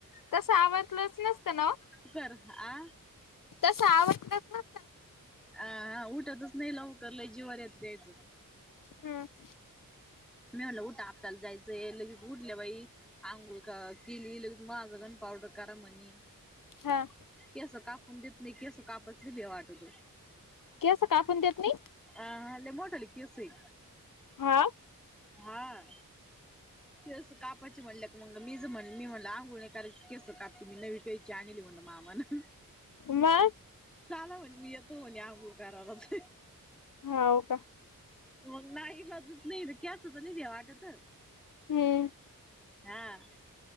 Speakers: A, on the left; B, in the centre.
A: तसं आवरलंच नसतं ना, ओ?
B: कुकर, आ.
A: तसं आवरलच नसतं.
B: अ हा उठतच नाही लवकर, लय जिवावर येतं तेज.
A: हम्.
B: मी म्हणलं, उठा आपटाला जायचंय. लगेच उठले बाई. अंघोळ क कीली. लगेच माझं, गंध- पावडर करा म्हनी.
A: हा
B: केसं कापून देत नाही. केसं कापल कि लय वाटतं.
A: केसं कापूण देत नाही?
B: अं ह लय मोठाले केसय.
A: हा.
B: हा. केस कापायचे म्हणलं मग मीच म्हणल, मी म्हणलं आंघोळ नाही करायची तर, आधी केसं कापते मी. नवी कैंची आणली म्हणलं मामानं.
A: मग?
B: चाला म्हणे, मी येतो म्हणे, अंगोळ करालाच.
A: हाव का?
B: मग नाईलाजच नाही, केसाचं लई भ्या वाटतं.
A: हम्.
B: हां.